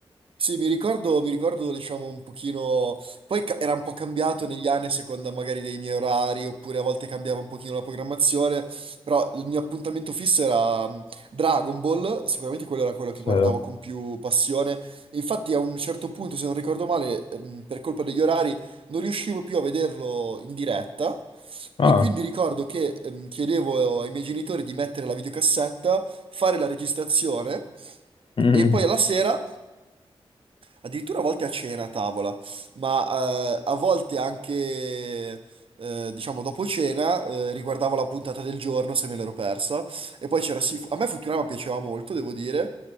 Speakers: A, on the right (about 65°); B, on the left (about 60°).
A: Sì, mi ricordo, mi ricordo, diciamo, un pochino... Poi ca- era un po' cambiato negli anni a seconda magari dei miei orari, oppure a volte cambiava un pochino la programmazione, però il mio appuntamento fisso era mh, Dragon Ball, sicuramente quello era quello
B: Sì.
A: che guardavo con più passione. E infatti a un certo punto, se non ricordo male, ehm, per colpa degli orari, non riuscivo più a vederlo in diretta,
B: Ah.
A: e quindi ricordo che ehm, chiedevo ai miei genitori di mettere la videocassetta, fare la registrazione...
B: <laughs> Mm.
A: E poi alla sera addirittura a volte a cena a tavola, ma eh, a volte anche, eh, diciamo, dopo cena, eh, riguardavo la puntata del giorno se me l'ero persa. E poi c'era, sì, a me Futurama piaceva molto, devo dire.